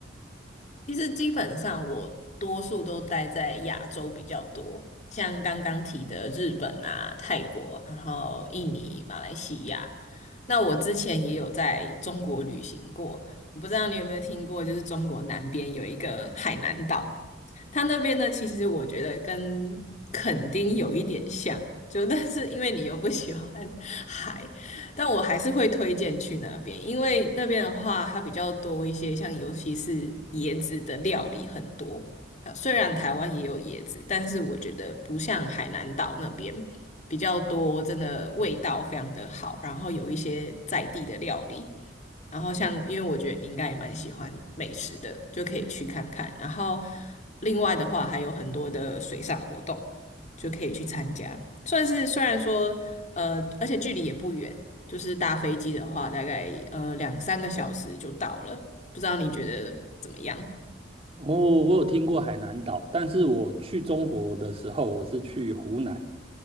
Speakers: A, on the left; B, on the right.
A: 其实基本上我多数都待在亚洲比较多，像刚刚提的日本啊、泰国，然后印尼、马来西亚。那我之前也有在中国旅行过，我不知道你有没有听过，就是中国南边有一个海南岛，它那边呢，其实我觉得跟垦丁有一点像，就 <laughs> 但是因为你又不喜欢海，但我还是会推荐去那边，因为那边的话，它比较多一些，像尤其是椰子的料理很多。啊虽然台湾也有椰子，但是我觉得不像海南岛那边比较多，真的味道非常的好，然后有一些在地的料理。然后像，因为我觉得你应该也蛮喜欢美食的，就可以去看看。然后另外的话，还有很多的水上活动，就可以去参加。算是虽然说，呃，而且距离也不远，就是搭飞机的话，大概呃两三个小时就到了。不知道你觉得怎么样？
B: 哦，我有听过海南岛，但是我去中国的时候，我是去湖南，